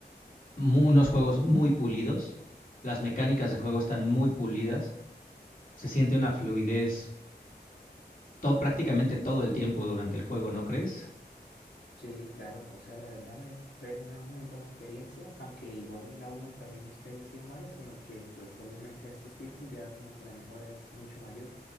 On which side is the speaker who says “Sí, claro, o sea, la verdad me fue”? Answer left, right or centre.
Left